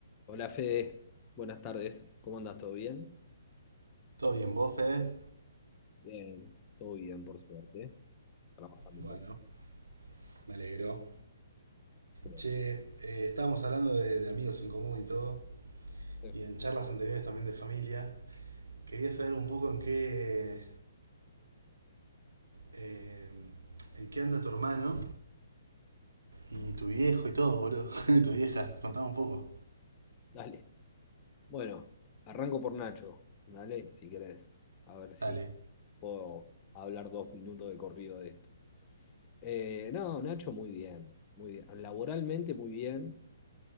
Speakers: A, on the left; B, on the right.
A: Hola Fede, buenas tardes. ¿Cómo andas? ¿Todo bien?
B: ¿Todo bien, vos, Fede?
A: Bien, todo bien, por suerte. Trabajando
B: Bueno,
A: un poco.
B: me alegro.
A: Pero,
B: Che, eh, estábamos hablando de, de amigos en común y todo,
A: eh,
B: y en charlas anteriores también de familia. Quería saber un poco en qué, eh, en qué anda tu hermano y tu viejo y todo, boludo. <laughs> tu vieja, contame un poco.
A: Dale. Bueno, arranco por Nacho. Dale, si querés. A ver si
B: Dale.
A: puedo hablar dos minutos de corrido de esto. Eh, no, Nacho, muy bien. Muy bien. Laboralmente, muy bien.